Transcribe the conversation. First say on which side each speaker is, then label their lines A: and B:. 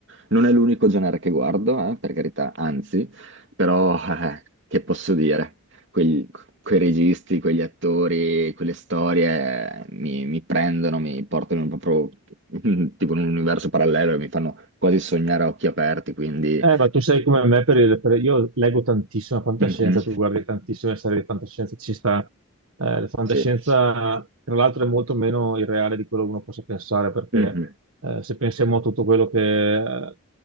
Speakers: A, on the right; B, on the right.
A: Non è l'unico genere che guardo, eh, per carità, anzi, però eh, che posso dire? Quegli- quei registi, quegli attori, quelle storie eh, mi, mi prendono, mi portano proprio <laughs> tipo in un universo parallelo e mi fanno quasi sognare a occhi aperti, quindi...
B: Eh, ma tu sei come me, per il- per- io leggo tantissima fantascienza,
A: mhm,
B: tu guardi tantissime serie di fantascienza, ci sta. Eh, la fantascienza,
A: Sì.
B: tra l'altro, è molto meno irreale di quello che uno possa pensare, perché
A: Mhm.
B: eh, se pensiamo a tutto quello che, eh,